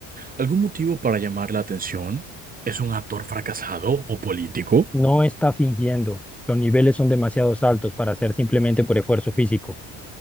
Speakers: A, on the right; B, in the centre.
A: ¿Algún motivo para llamar la atención? ¿Es un actor fracasado o político?
B: No está fingiendo. Los niveles son demasiado altos para ser simplemente por esfuerzo físico.